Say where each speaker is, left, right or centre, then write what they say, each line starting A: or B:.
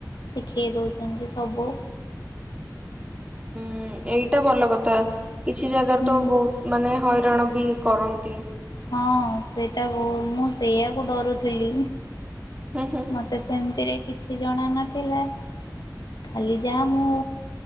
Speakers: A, on the left; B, on the right.
A: ଶିଖେଇ ଦଉଚନ୍ତି ଯେ ସବୁ
B: ହୁଁ ଏଇଟା ଭଲ କଥା। କିଛି ଜାଗାରେ
A: ହୁଁ
B: ତ ବହୁତ ମାନେ ହଇରାଣ ବି କରନ୍ତି।
A: ହଁ ସେଇଟା ବହୁ ମୁଁ ସେଇଆକୁ ଡରୁଥିଲି
B: ହୁଁ ହୁଁ
A: ମତେ ସେମତିରେ କିଛି ଜଣାନଥିଲା ଖାଲି ଯାହା ମୁଁ